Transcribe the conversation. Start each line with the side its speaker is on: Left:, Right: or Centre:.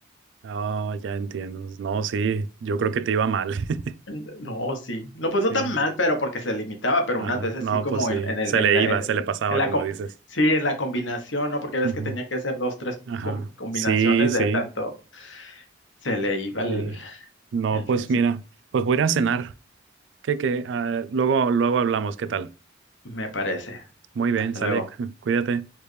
Right: Ah, ya entiendo. No, sí, yo creo que te iba mal. <laughs>
Left: n- no, sí. No, pues
Right: Sí,
Left: no tan mal, pero porque se limitaba, pero
Right: ajá,
Left: unas veces
Right: no,
Left: sí como
Right: pues sí,
Left: en, en el,
Right: se
Left: en
Right: le
Left: la,
Right: iba,
Left: en,
Right: se le pasaba,
Left: en la
Right: como
Left: com-
Right: dices.
Left: sí, en la combinación, ¿no? Porque ves
Right: Ujú,
Left: que tenía que hacer dos, tres
Right: Ajá,
Left: com- combinaciones
Right: sí, sí.
Left: de tanto. Se le iba
Right: eh,
Left: el,
Right: No,
Left: el
Right: pues
Left: de ese,
Right: mira, pues voy a ir a cenar. ¿Qué, qué? Ah, luego, luego hablamos, ¿qué tal?
Left: me parece.
Right: Muy bien,
Left: Hasta
Right: sale,
Left: luego.
Right: <laughs> cuídate.